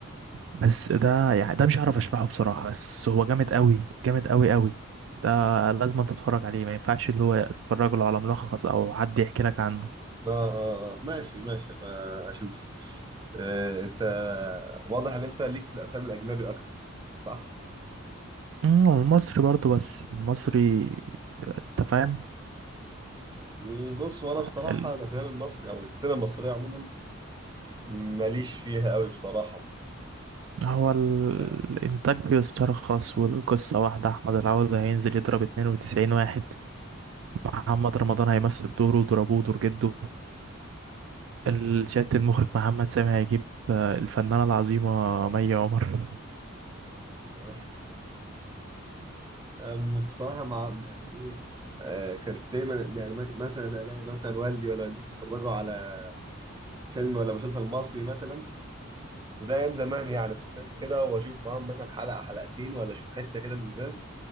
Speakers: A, on the right; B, on the right.
A: بس ده يعني ده مش هعرف اشرحه بصراحة بس هو جامد قوي جامد قوي قوي ده لازم تتفرج عليه ما ينفعش اللي هو تتفرج له على ملخص او حد يحكي لك عنه
B: اه آه. ماشي ماشي أبقى اشوف آه، انت واضح ان انت ليك في الافلام الاجنبي اكتر صح
A: أمم، والمصري برضو بس المصري انت فاهم
B: يعني بص وانا بصراحه
A: ال...
B: الافلام المصري او السينما المصريه عموما ماليش فيها قوي بصراحه
A: هو ال-
B: أنا-
A: الانتاج بيسترخص والقصة واحدة احمد العوضي هينزل يضرب 92 واحد محمد رمضان هيمثل دوره ضربوه دور جده الشات المخرج محمد سامي هيجيب آه، الفنانة العظيمة مي عمر
B: <laughs> أم- بصراحة مع يعني إيه آه، كانت دايما يعني مك- مثلا ألاقي مثلا والدي ولا والدتي بيتفرجوا على فيلم ولا مسلسل مصري مثلا وده أيام زمان يعني كنت أجي كده وأشوف معاهم مثلا حلقة حلقتين ولا أشوف حتة كده من الفيلم